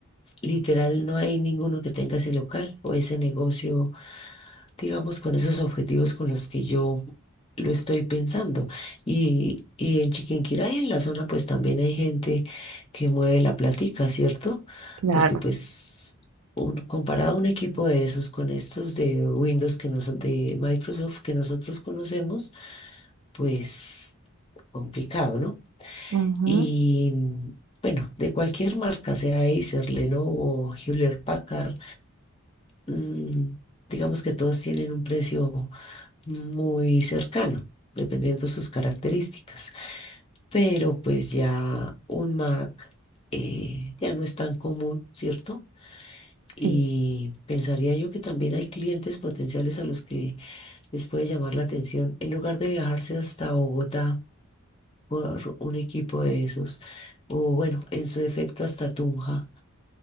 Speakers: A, on the left; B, on the right.
A: literal no hay ninguno que tenga ese local o ese negocio digamos, con esos objetivos con los que yo lo estoy pensando. Y, y en Chiquinquirá y en la zona, pues también hay gente que mueve la platica, ¿cierto?
B: Claro.
A: Porque pues un- comparado un equipo de esos con estos de Windows que noso- de Microsoft que nosotros conocemos, pues complicado, ¿no?
B: Ujú,
A: Y mm, bueno, de cualquier marca, sea Acer, Lenovo, Hewlett Packard, mm, digamos que todos tienen un precio muy cercano, dependiendo de sus características. Pero pues ya un Mac eh, ya no es tan común, ¿cierto? Y
B: sí.
A: pensaría yo que también hay clientes potenciales a los que les puede llamar la atención, en lugar de viajarse hasta Bogotá por un equipo de esos, o bueno, en su defecto hasta Tunja.